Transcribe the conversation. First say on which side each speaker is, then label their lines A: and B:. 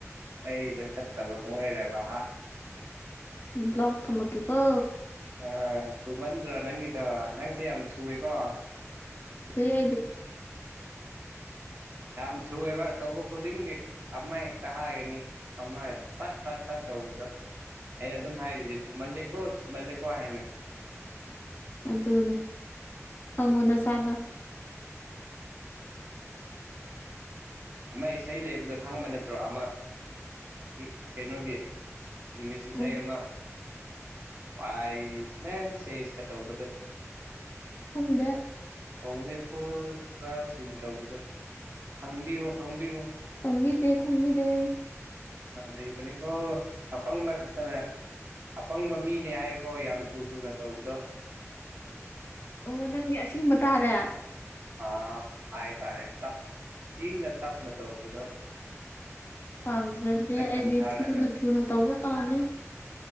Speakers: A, on the right; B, on the left.
A: ꯑꯩꯁꯦ ꯐꯠꯇꯕ ꯑꯃ ꯑꯣꯏꯔꯦꯕ
B: ꯕ꯭ꯂꯛ ꯇꯊꯝꯃꯛꯀꯦꯀꯣ
A: ꯑ ꯊꯨꯃꯟꯗ꯭ꯔꯣ ꯅꯪꯒꯤꯗꯣ ꯅꯪꯁꯦ ꯌꯥꯝ ꯊꯨꯏꯌꯦꯀꯣ
B: ꯊꯨꯏ ꯍꯥꯏꯗꯤ
A: ꯌꯥꯝ ꯊꯨꯏꯑꯦꯕ ꯇꯧꯕ ꯈꯨꯗꯤꯡꯒꯤ ꯑꯃ ꯍꯦꯛꯇ ꯍꯥꯏꯒꯅꯤ ꯑꯃ ꯐꯠ ꯐꯠ ꯐꯠ ꯇꯧꯕꯗꯥ ꯑꯩꯅ ꯑꯗꯨꯝ ꯍꯥꯏꯔꯤꯗꯨꯗꯤ ꯊꯨꯃꯜꯂꯦꯀꯣ ꯊꯨꯝꯃꯜꯂꯦꯀꯣ ꯍꯥꯏꯅ
B: ꯑꯗꯨꯅꯦ ꯈꯪꯉꯣ ꯅꯁꯥꯥꯅ
A: ꯑꯃ ꯏꯁꯩ ꯂꯩꯕꯗꯣ ꯈꯪꯕ ꯅꯠꯇ꯭ꯔꯣ ꯑꯃ ꯏ ꯀꯩꯅꯣꯒꯤ ꯏꯪꯂꯤꯁꯀꯤ ꯏꯁꯩ
B: ꯑꯩ
A: ꯑꯃ ꯑꯥꯏ ꯁꯃꯦꯟ ꯁꯦꯁꯀ ꯇꯧꯕꯗꯣ
B: ꯈꯪꯗꯦ
A: ꯑꯣꯟꯂꯤ ꯐꯨꯜ ꯐꯂꯁ ꯁꯤꯟ ꯇꯧꯕꯗꯣ ꯈꯪꯕꯤꯌꯨ ꯈꯪꯕꯤꯌꯨ
B: ꯈꯪꯕꯤ ꯗꯦ ꯈꯪꯕꯤꯗꯦ
A: ꯑ ꯂꯩꯕꯅꯤꯀꯣ ꯑꯄꯪꯕ ꯈꯛꯇꯅꯦ ꯑꯄꯪꯕ ꯃꯤꯅꯦ ꯍꯥꯏꯀꯣ ꯌꯥꯝ ꯊꯨ ꯊꯨꯅ ꯇꯧꯕꯗꯣ
B: ꯑꯣ ꯅꯪꯗꯤ ꯑꯁꯤꯡꯕ ꯇꯥꯔꯦ
A: ꯑꯥ ꯍꯥꯏ ꯇꯔꯦ ꯇꯞ ꯏꯪꯅ ꯇꯞꯅ ꯇꯧꯕꯕꯗꯣ
B: ꯄꯥꯝꯖꯗꯦ
A: ꯈꯟꯊꯔꯒ
B: ꯑꯩꯗꯤ ꯊꯨꯅ ꯊꯨꯅ ꯇꯧꯕ ꯄꯥꯝꯃꯤ